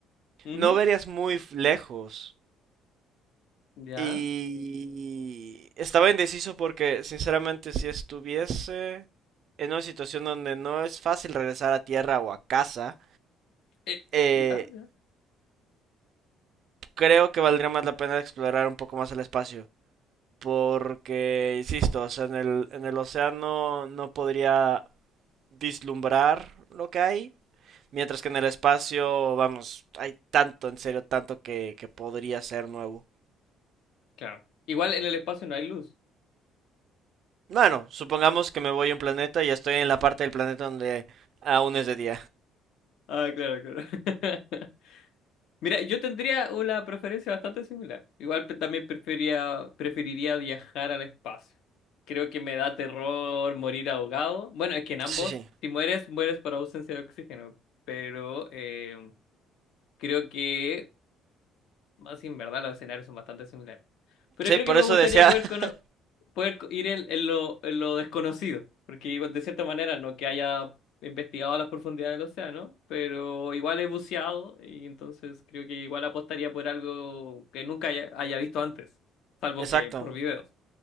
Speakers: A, on the left; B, on the right.
A: Ujú.
B: no verías muy lejos.
A: Ya.
B: Y estaba indeciso porque, sinceramente, si estuviese en una situación donde no es fácil regresar a tierra o a casa,
A: Eh,
B: eh,
A: ya, ya.
B: creo que valdría más la pena explorar un poco más el espacio. Porque, insisto, o sea, en el, en el océano no podría vislumbrar lo que hay. Mientras que en el espacio, vamos, hay tanto, en serio, tanto que, que podría ser nuevo.
A: Claro. Igual en el espacio no hay luz.
B: Bueno, supongamos que me voy a un planeta y estoy en la parte del planeta donde aún es de día.
A: Ah, claro, claro. <laughs> Mira, yo tendría una preferencia bastante similar. Igual pe- también prefería, preferiría viajar al espacio. Creo que me da terror morir ahogado. Bueno, es que en ambos,
B: Sí, sí.
A: si mueres, mueres por ausencia de oxígeno. Pero eh, creo que Así en verdad los escenarios son bastante similares. Pero
B: Sí,
A: creo
B: por
A: que me
B: eso
A: gustaría
B: decía.
A: poder, cono-
B: <laughs>
A: poder co- ir en, en lo, en lo desconocido, porque igual, de cierta manera no que haya investigado a las profundidades del océano, pero igual he buceado y entonces creo que igual apostaría por algo que nunca haya, haya visto antes, salvo
B: Exacto,
A: que por videos.